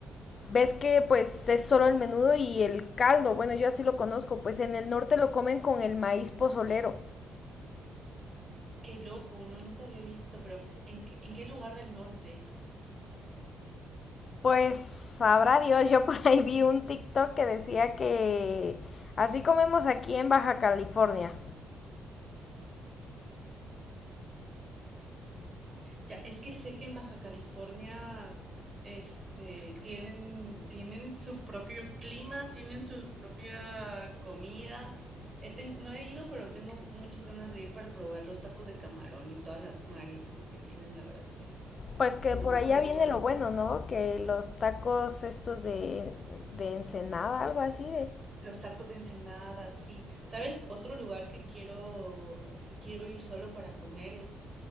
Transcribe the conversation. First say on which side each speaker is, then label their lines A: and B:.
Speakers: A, on the left; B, on the right.
A: Ves que pues es solo el menudo y el caldo. Bueno, yo así lo conozco. Pues en el norte lo comen con el maíz pozolero.
B: Qué loco, no, nunca había visto, pero ¿en, qué- en qué lugar del norte?
A: Pues sabrá Dios, yo por ahí vi un TikTok que decía que así comemos aquí en Baja California.
B: Ya, es que sé que en Baja California, este, tienen, tienen su propio clima, tienen su propia comida. He ten- no he ido, pero tengo muchas ganas de ir para probar los tacos de camarón y todas las mariscos que tienen. La verdad es que
A: Pues que
B: se me
A: por
B: antoja
A: allá
B: un montón.
A: viene lo bueno, ¿no? Que los tacos estos de, de Ensenada, algo así de...
B: Los tacos de ensenada, sí. ¿Sabes? Otro lugar que quiero, que quiero ir solo para comer es